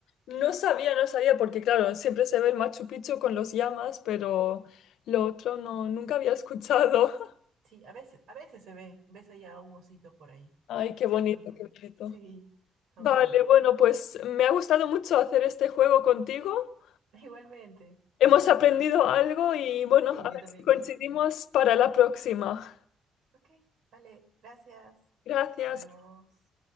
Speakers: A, on the left (about 80°); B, on the right (about 70°).
A: No sabía, no sabía, porque claro, siempre se ve el Machu Picchu con los llamas, pero lo otro no, nunca había escuchado. <laughs>
B: Sí, a veces, a veces se ve, ves allá a un osito por ahí,
A: Ay, qué bonito,
B: por las ruinas.
A: qué bonito.
B: Sí, a
A: Vale,
B: un Winnie Pooh.
A: bueno, pues me ha gustado mucho hacer este juego contigo.
B: <laughs> Igualmente.
A: Hemos aprendido algo y bueno,
B: Sí,
A: a ver
B: yo también.
A: si coincidimos para la próxima.
B: Ok, vale, gracias.
A: Gracias.
B: Nos vemos.